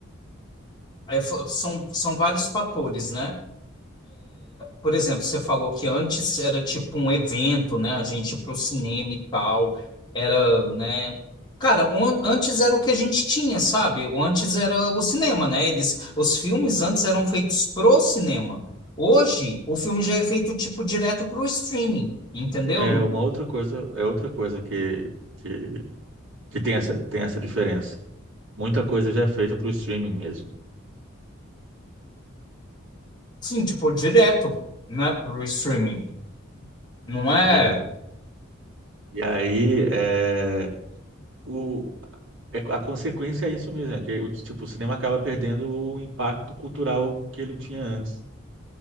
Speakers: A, on the left; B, on the right.
A: é, fo- são, são vários fatores, né? Por exemplo, você falou que antes era tipo um evento, né? A gente ia pro cinema e tal. Era, né? Cara, um- antes era o que a gente tinha, sabe? O Antes era o cinema, né? Eles, os filmes antes eram feitos pro cinema. Hoje, o filme já é feito tipo direto pro streaming, entendeu?
B: É uma outra coisa, é outra coisa que, que, que tem essa, tem essa diferença. Muita coisa já é feita para o streaming mesmo.
A: Sim, tipo direto, né? Pro streaming. Não é?
B: E, a, e aí, é, o, é- a consequência é isso mesmo, é que o, tipo, o cinema acaba perdendo o impacto cultural que ele tinha antes.